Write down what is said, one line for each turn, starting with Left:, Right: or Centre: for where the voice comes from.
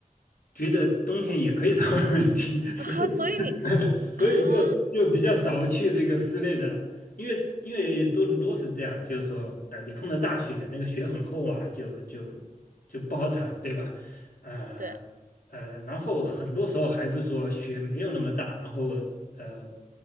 Left: 觉得冬天也可以 <laughs> 在外面踢，所以
Right: 啊，所以你
Left: <laughs> 所以就就比较少去这个室内的了。
Right: 啊，
Left: 因为因为多伦多是这样，就是说，呃，你碰到大雪，那个雪很厚啊，就就就不好铲，对吧？呃呃，
Right: 对，
Left: 然后很多时候还是说雪没有那么大，然后呃，